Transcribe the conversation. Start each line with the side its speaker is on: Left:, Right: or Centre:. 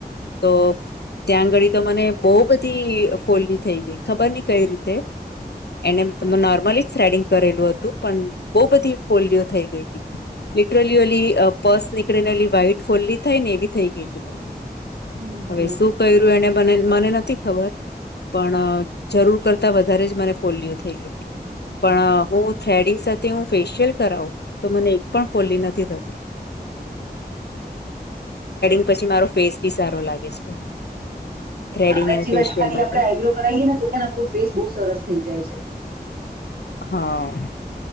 Left: તો ત્યાં આંગળી તો મને બહ બધી ફોલી થઈ ગઈ ખબર નઈ કઈ રીતે એને નોર્મલી જ થ્રેડિંગ કરેલું હતું પણ બહુ બધી ફોલિયો થઈ ગઈ હતી. ટલી ઓલી પર્સ નીકળે ને ઓલી વાહાઈટ ફોલ્લી થઈ ને એવી થઈ ગઈ હતી. મને
Right: હમ
Left: હવે
Right: બરાબર
Left: શું કર્યું એને મ મને નથી ખબર પણ જરૂર કરતા વધારે જ મને ફોલિયો થઈ ગઈ હતી. પણ હું થ્રેડિંગ સાથે હું ફેશિયલ કરાવું તો મને ોલી નથી થતીંગ <unintelligible> પછી મારો ફેસ બી સારો લાગે છે. થ્રેડિંગ
Right: સાચી
Left: અને ફેશિયલ
Right: વાત છે ખાલી
Left: માટે
Right: આપડે આઈબ્રો કરાવીએ ને તો પણ આપણો ફેસ બઉુ સરસ થઇ જાય છે.
Left: હા